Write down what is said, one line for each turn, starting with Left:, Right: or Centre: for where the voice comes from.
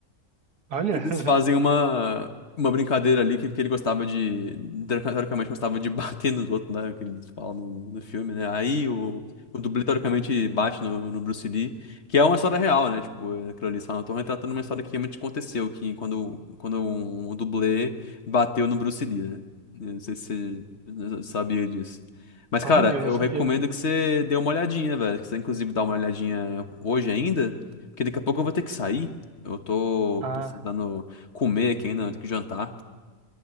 Right: Olha,
Left: Eles
Right: <laughs>
Left: fazem uma, uma brincadeira ali que, que ele gostava de. Teoricamente gostava de <laughs> bater nos outros, né? Que eles falam no, no filme, né? Aí o, o dublê teoricamente bate no, no Bruce Lee, que é uma história real, né? Tipo, aquilo ali só não estão retratando uma história que realmente aconteceu, que quando, quando um, um dublê bateu no Bruce Lee, né? Eu não sei se você sabia disso. Mas,
Right: olha,
Left: cara,
Right: eu
Left: eu
Right: não sabia.
Left: recomendo que você dê uma olhadinha, velho. Que você, inclusive, dá uma olhadinha hoje ainda, porque daqui a pouco eu vou ter que sair. Eu tô
Right: Ah,
Left: precisando comer aqui ainda, eu tenho que jantar.